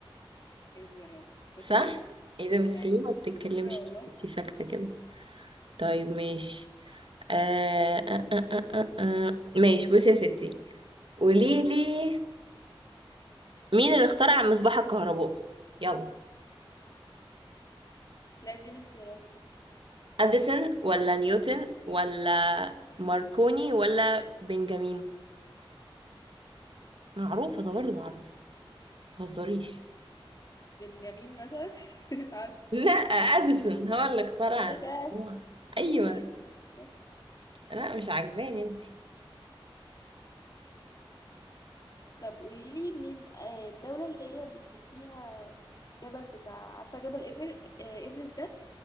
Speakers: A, on the left; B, on the right.
A: ايه الزرافة شطور
B: صح؟ ايه ده بس
A: اي
B: ليه ما بتتكلمش
A: والله
B: انت ساكتة كده طيب ماشي آه. آه. آه. آه. آه. آه. ماشي بصي يا ستي قولي لي مين اللي اخترع المصباح الكهربائي يلا
A: لا اديني اختيارات
B: اديسون ولا نيوتن ولا ماركوني ولا بنجامين معروفه ده برضه معروفه متهزريش
A: بنجامين مثلا <laughs> مش عارفة
B: لا اديسون هو اللي اخترع
A: بقول
B: المصباح
A: لك أنا-
B: ايوه
A: مش بقول لك أنا- صح.
B: لا مش عاجباني انت
A: طب قولي لي مين آه، الدولة اللي هي بي فيها جبل بتاع عارفة جبل إيفر آه، إيفرست ده